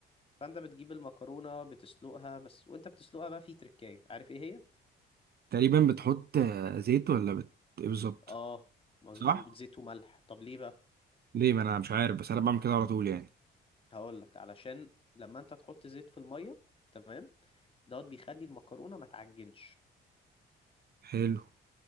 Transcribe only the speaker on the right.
تقريبا بتحط آه، زيت ولا بت... ايه بالظبط
صح
ليه ما انا مش عارف بس انا بعمل كده على طول يعني
حلو